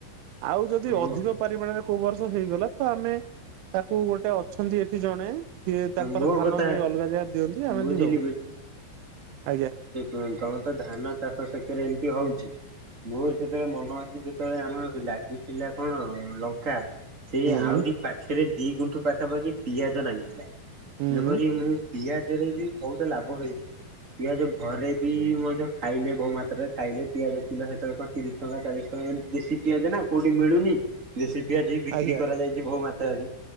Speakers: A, on the right; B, on the right.
A: ଆଉ ଯଦି ଅଧିକ
B: ମୋ ମୋ
A: ପାରିମାଣରେ କୋଉ ବର୍ଷ ହେଇଗଲା ତ ଆମେ ତାକୁ ଗୋଟେ ଅଛନ୍ତି ଏଠି ଜଣେ ସିଏ ତାଙ୍କର
B: ମୋ
A: ଧାନ
B: କଥା
A: ନେଇ ଅଲଗା ଜାଗରେ ଦିଅନ୍ତି
B: ବୁଝିଲି
A: ଆମେ ବି ଦଉ ଆଜ୍ଞା।
B: ଉଁ ତମେ ତ ଧାନ ଚାଷ ସେଥେରେ ଏମିତି ହଉଛି ମୋର ସେତେବେଳେ ମନ ଅଛି ଯେତେବେଳେ ଆମର ଲାଗିଥିଲା କଣ ଲଙ୍କା ସେ
A: ହୁଁ
B: ଆହୁରି ପାଖରେ ଦି ଫୁଟ ପାଖାପାଖି ପିଆଜ ଲାଗିଥାଏ।
A: ହୁଁ
B: ଯେପରି ମୁଁ ପିଆଜ ରେ ବି ବହୁତ ଲାଭ ହେଇଚି। ପିଆଜ ଘରେ ବି ମଧ୍ୟ ଖାଇଲେ ବହୁ ମାତ୍ରାରେ ଖାଇଲେ ପିଆଜ କିଲ ସେତେବେଳେ କଣ ତିରିଶ ଟଙ୍କା ଚାଳିଶ ଟଙ୍କା ଏମିତି ଦେଶୀ ପିଆଜ ନା କୋଉଠି ମିଳୁନି ଦେଶୀ ପିଆଜ ବି ବିକ୍ରି
A: ଆଜ୍ଞା
B: କରାଯାଇ ବୋହୁ ମାତ୍ରାରେ